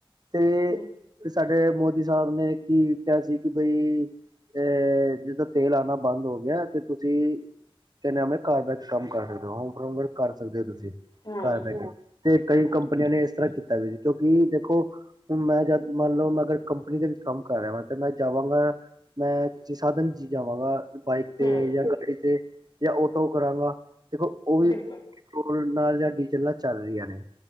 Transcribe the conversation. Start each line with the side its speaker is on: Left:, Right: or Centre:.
Right: ਤੇ।
Left: ਹਮ
Right: ਸਾਡੇ ਮੋਦੀ ਸਾਹਿਬ ਨੇ ਕੀ ਕਿਹਾ ਸੀ ਕਿ ਬਈ ਅਹ ਜਿੱਦੋਂ ਤੇਲ ਆਣਾ। ਬੰਦ ਹੋ ਗਿਆ ਹੈ ਤੇ ਤੁਸੀਂ ਕਹਿਣਾ ਮੈਂ ਘਰ ਬੈਠ ਕੰਮ ਕਰ ਸਕਦੇ ਹੋ ਹੋਮ ਫੋਰਮ ਵਰਕ ਕਰ ਸਕਦੇ ਹੋ ਤੁਸੀਂ। ਹੂੰ
Left: ਹਮ
Right: ਘਰ ਬੈ ਕੇ ਤੇ ਕਈ ਕੰਪਨੀਆਂ ਨੇ ਇਸ ਤਰ੍ਹਾਂ ਕਿਉਂਕਿ ਦੇਖੋ ਹੁਣ ਮੈਂ ਜਦ ਮੰਨ ਲਓ ਮੈਂ ਅਗਰ ਕੰਪਨੀ ਦੇ ਵਿੱਚ ਕੰਮ ਕਰ ਰਿਹਾ ਵਾ ਤੇ ਮੈਂ ਜਾਵਾਂਗਾ। ਮੈਂ ਕਿਸੇ ਸਾਧਨ 'ਚ ਜਾਵਾਂਗਾ। ਬਾਈਕ ਤੇ
Left: ਹਮ
Right: ਜਾਂ ਗੱਡੀ ਤੇ ਜਾਂ ਆਟੋ ਕਰਾਂਗਾ ਦੇਖੋ ਉਹ ਵੀ।
Left: ਬਿਲਕੁਲ
Right: ਨਾਲ ਜਾਂ ਡੀਜ਼ਲਾਂ ਚੱਲ ਰਹੀਆਂ ਨੇ